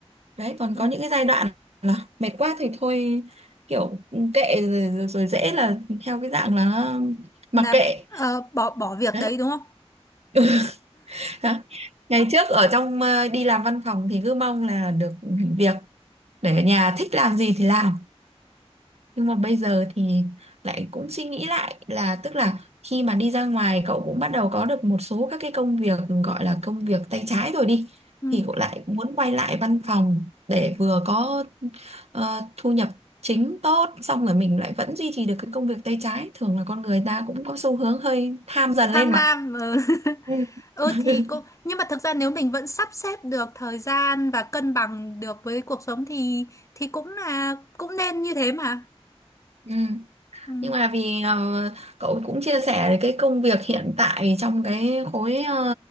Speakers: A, on the right; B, on the left.
A: đấy còn
B: Ừ.
A: có những cái giai đoạn là mệt quá thì thôi kiểu ừ, kệ rồi, rồi, rồi dễ là theo cái dạng là mặc
B: Là
A: kệ
B: ờ, bỏ bỏ việc
A: đấy
B: đấy đúng không?
A: <laughs> Ha. Ngày trước ở trong ờ, đi làm văn phòng thì cứ mong là được nghỉ việc để ở nhà thích làm gì thì làm. Nhưng mà bây giờ thì lại cũng suy nghĩ lại là tức là khi mà đi ra ngoài cậu cũng bắt đầu có được một số các cái công việc gọi là công việc tay trái rồi đi
B: Ừ.
A: thì cậu lại muốn quay lại văn phòng để vừa có ờ, thu nhập chính tốt xong rồi mình lại vẫn duy trì được cái công việc tay trái. Thường là con người ta cũng có xu hướng hơi tham dần
B: Tham
A: lên mà.
B: lam. Ừ. <laughs>
A: Ừ.
B: ừ
A: <laughs>
B: thì cũng nhưng mà thực ra nếu mình vẫn sắp xếp được thời gian và cân bằng được với cuộc sống thì thì cũng là cũng nên như thế mà.
A: Ừ.
B: Ừ.
A: Nhưng mà vì ờ, cậu cũng chia sẻ về cái công việc hiện tại trong cái khối ờ,